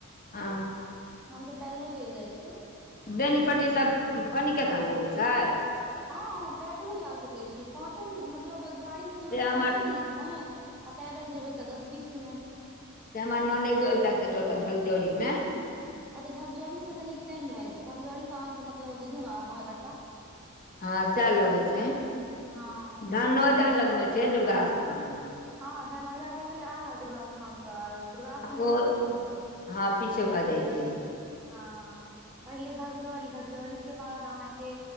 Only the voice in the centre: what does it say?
हमसब पैदलो चलि जाइ छियै
हँ पैदलो जा सकै छी पाँचो मिन मतलब गाड़ीसँ जेबै
तऽ पाँचो मिनट नै आ पैदल जेबै तऽ दस बीस मिनट
अ त झकजौरी से कनी टाइम लाग झकजौरीसँ अहाँके मतलब बुझयो ने आधा घंटा
हँ
हँ धनौजा भऽ गेले आगा दुर्गा स्थान से आ दुर्गा स्थान
पीछे भऽ गेले
हँ पहिले धकजौरी धकजौरी के बाद अहाँके